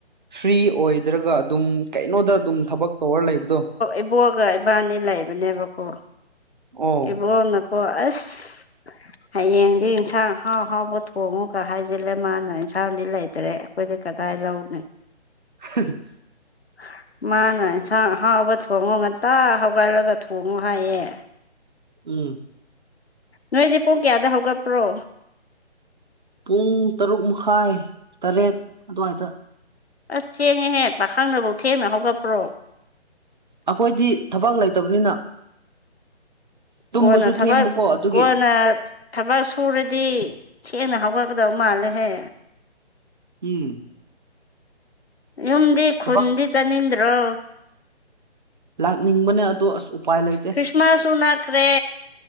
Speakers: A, on the right (about 45°); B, on the left (about 65°).
A: ꯐ꯭ꯔꯤ ꯑꯣꯏꯗ꯭ꯔꯒ ꯑꯗꯨꯝ ꯀꯩꯅꯣꯗ ꯑꯗꯨꯝ ꯊꯕꯛ ꯇꯧꯔ ꯂꯩꯕꯗꯣ
B: ꯏꯕꯨꯡꯉꯣꯒ ꯏꯕꯥꯅꯤ ꯂꯩꯕꯅꯦꯕꯀꯣ
A: ꯑꯣ
B: ꯏꯕꯨꯉꯣꯅꯀꯣ ꯑꯁ ꯍꯌꯦꯡꯗꯤ ꯏꯟꯁꯥꯡ ꯑꯍꯥꯎ ꯍꯥꯎꯕ ꯊꯣꯡꯉꯨꯒ ꯍꯥꯏꯖꯤꯜꯂꯦ ꯃꯥꯅ ꯏꯟꯁꯥꯡꯗꯤ ꯂꯩꯇ꯭ꯔꯦ ꯑꯩꯈꯣꯏꯗꯤ ꯀꯗꯥꯏ ꯂꯧꯅꯤ
A: <unintelligible>
B: <inaudible> ꯃꯥꯅ ꯏꯟꯁꯥꯡ ꯑꯍꯥꯎꯕ ꯊꯣꯡꯉꯨ ꯉꯟꯇꯥ ꯍꯧꯒꯠꯂꯒ ꯊꯣꯡꯉꯣ ꯍꯥꯏꯌꯦ
A: ꯎꯝ
B: ꯅꯣꯏꯗꯤ ꯄꯨꯡ ꯀꯌꯥꯗ ꯍꯧꯒꯠꯄ꯭ꯔꯣ
A: ꯄꯨꯡ ꯇꯔꯨꯛ ꯃꯈꯥꯏ ꯇꯔꯦꯠ ꯑꯗꯨꯋꯥꯏꯗ
B: ꯑꯁ ꯊꯦꯡꯉꯦꯍꯦ ꯄꯥꯈꯪꯅꯐꯧ ꯊꯦꯡꯅ ꯍꯧꯒꯠꯄ꯭ꯔꯣ
A: ꯑꯩꯈꯣꯏꯗꯤ ꯊꯕꯛ ꯂꯩꯇꯕꯅꯤꯅ ꯇꯨꯝꯕꯁꯨ
B: ꯀꯣꯟꯅ ꯊꯕꯛ
A: ꯊꯦꯡꯕꯀꯣ ꯑꯗꯨꯒꯤ
B: ꯀꯣꯟꯅ ꯊꯕꯛ ꯁꯨꯔꯗꯤ ꯊꯦꯡꯅ ꯍꯧꯒꯠꯀꯗꯕ ꯃꯥꯜꯂꯦꯍꯦ
A: ꯎꯝ
B: ꯌꯨꯝꯗꯤ
A: ꯊꯕꯛ
B: ꯈꯨꯟꯗꯤ ꯆꯠꯅꯤꯡꯗ꯭ꯔꯣ
A: ꯂꯥꯛꯅꯤꯡꯕꯅꯦ ꯑꯗꯣ ꯑꯁ ꯎꯄꯥꯏ ꯂꯩꯇꯦ
B: ꯈ꯭ꯔꯤꯁꯃꯥꯁꯁꯨ ꯅꯛꯈ꯭ꯔꯦ